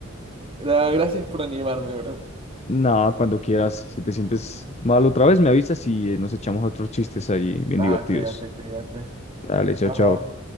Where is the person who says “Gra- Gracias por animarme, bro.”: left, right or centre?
Right